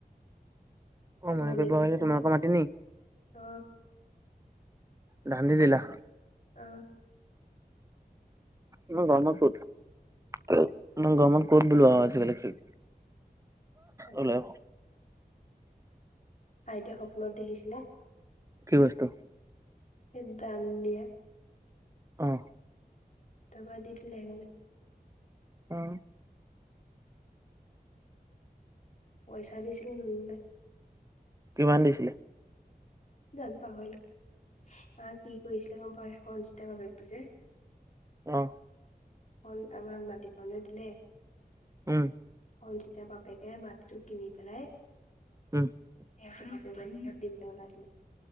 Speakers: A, on the right; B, on the left.
A: অ', মনিকূট
B: মণিকোট
A: বনাইছে
B: বৌ
A: যে তোমালোকৰ
B: বুলি
A: মাতি নেকি?
B: অ
A: দান দি দিলা
B: অ'।
A: ইমান গৰমত ক'ত? ইমান গৰমত ক'ত? বোলো <unintelligible> কি
B: <unintelligible>
A: ওলাই
B: আইদেউ সপোনত দেখিছিলে।
A: কি বস্তু?
B: এ দান দিয়া।
A: অ'।
B: তাপা দি থলে আহিবলে।
A: অ'।
B: পইছা দিছিল লোন লয়।
A: কিমান দিছিলে?
B: জানোঁ পাহৰিলোঁ মা কি কৰিছিলে গ'ম পাই খৰন ষ্টাৰ বেগটো যে
A: অ'।
B: হল, আমাৰ মাটকনো দিলে।
A: উম।
B: অ', যেতিয়া বাপেকে মাটিটো কিনি পেলাই
A: উম
B: <unintelligible> উলাইছিলে।